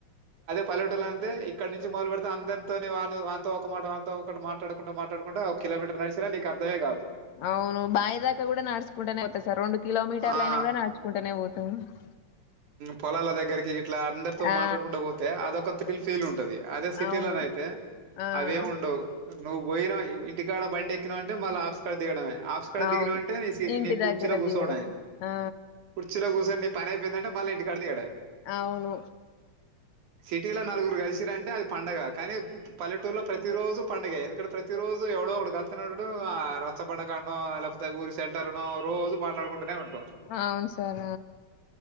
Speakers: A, on the right; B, on the left.
A: పల్లెటల అే ఇక్కడి నుంచి మొదలు పెడితే అందరితోనే వా వాతో ఒక మాట వాతో ఒకటి మాట్లాడు ంట మాట్లాడుకుంట అ కిలోమటర్ నడిసిరా నకు అర్దే కాదు
B: అవును బా దాకా కూడా నడుచుకుంటేనే పోాయి సార్ రెండు కిలోమీటర్లైనా
A: ఆ
B: కూడా నాడుచుకుంటేనే పోతా స
A: పొలాల దగ్గరికి ఇట్లా అందరితో
B: ఆ!
A: మాట్లాడుకుంటూ పోతే అదొక త్రిల్ ఫీల్ ఉంటంది అదే సిటీలో
B: అవును.
A: అైయితే
B: ఆ!
A: అవేమి ఉండవు నువ్వు పోయినా ఇంటికాడ బండి ఎక్కినావు అంటే మళ్ళీ ఆఫస్కాడ దిగడమే ఆఫస్కాడ
B: అవును
A: ది అంటే నీ
B: ఇంటి
A: నీ కుర్చీలో
B: దగ్గర
A: కూర్చోవడ
B: దిగడం ఆ
A: కుర్చీలో కూర్చొని నీ పని అయిపోయిందంటే మళ్ళీ ఇంటి కది ఎడ
B: అవును
A: <inaudible> సిటీలో నలుగురు కలిసిరంటే అది పండగ కానీ పల్లెటూరులో ప్రతి రోజు పంండగ ఎందుకంటే ప్రతి రోజు ఎవడో ఒకడు కత్తినండడం ఆ రచ్చబండకాో లేకపోతే ఊరి సెంటర్ో రోజు మాట్లాడుకుంటూనే ఉండడు
B: అవును సార్